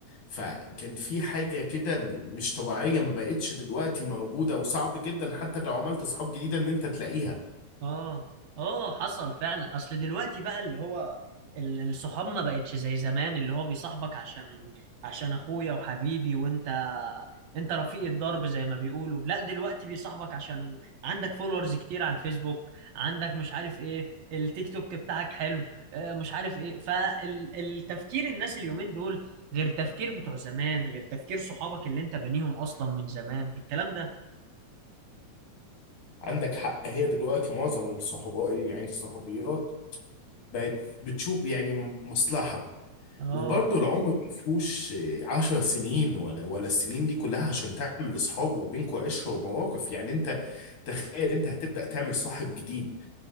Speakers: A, on the left; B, on the right.
A: فكان في حاجه كده م- مش طبيعيه ما بقتش دلوقتي موجوده وصعب جدا حتى لو عملت صحاب جديده ان انت تلاقيها
B: اه اه حصل فعلا اصل دلوقتي بقى اللي هو ال- الصحاب ما بقتش زي زمان اللي هو بيصاحبك عشان عشان اخويا وحبيبي وانت انت رفيق الدرب زي ما بيقولوا لا دلوقتي بيصاحبك عشان عندك فولورز كتير على الفيسبوك عندك مش عارف ايه التيك توك بتاعك حلو آه، مش عارف ايه فالتفكير الناس اليومين دول غير تفكير بتوع زمان غير تفكير صحابك اللي انت بنيهم اصلا من زمان الكلام ده
A: عندك حق هي دلوقتي معظم الصحوبيات يعني الصحوبيات بقت بتشوف يعني مصلحه
B: اه
A: وبرضه العمر ما فيهوش عشر سنين ولا ولا السنين دي كلها عشان تعمل اصحاب وبينكوا عشره ومواقف يعني انت تخيل انت هتبدا تعمل صاحب جديد